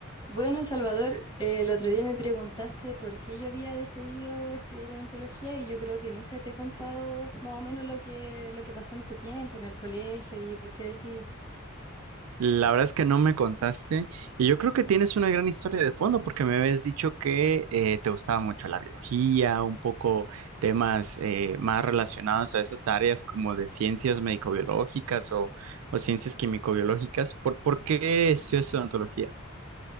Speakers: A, on the left; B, on the right.
A: Bueno, Salvador, eh, el otro día me preguntaste por qué yo había decidido estudiar odontología y yo creo que nunca te he contado más o menos lo que, lo que pasó en ese tiempo, en el colegio y por qué decidí.
B: La verdad es que no me contaste y yo creo que tienes una gran historia de fondo porque me habías dicho que eh, te gustaba mucho la biología, un poco temas eh, más relacionados a esas áreas como de ciencias médico-biológicas o, o ciencias químico-biológicas. ¿Por, por qué estudias odontología?